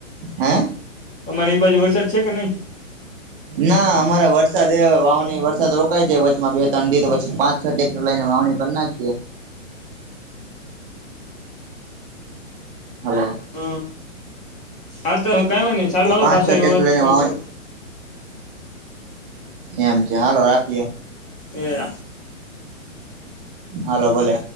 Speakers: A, on the right; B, on the left.
A: હે
B: અમારી એ બાજુ વરસાદ છે કે નહી
A: ના અમારા વરસાદ એ હ વાવણી વરસાદ રોકાાય છે વચમાં બે ઠંડી પછી પાંચ છટેક્ટર લઈને વાવણી કરી નાીએ હલો
B: હ હા તો કઈ હોય નહી ચાલો
A: પાંચ
B: પાછો
A: છ
B: એવુ
A: ટ્રેક્ટર
B: હોય ટી
A: લઈને
B: કોલ
A: વાવણી
B: કરુ
A: એમ કે હાલો રાખીએ
B: એ
A: હાલો ભલે